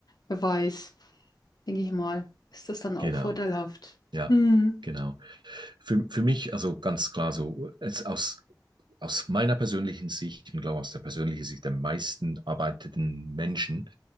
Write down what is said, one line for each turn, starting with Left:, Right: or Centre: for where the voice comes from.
Left: wer weiß, denke ich mal, ist das dann auch
Right: genau.
Left: vorteilhaft.
Right: Ja,
Left: Hm.
Right: genau. Für, für mich, also ganz klar so, jetzt aus, aus meiner persönlichen Sicht und glaube aus der persönlichen Sicht der meisten arbeitenden Menschen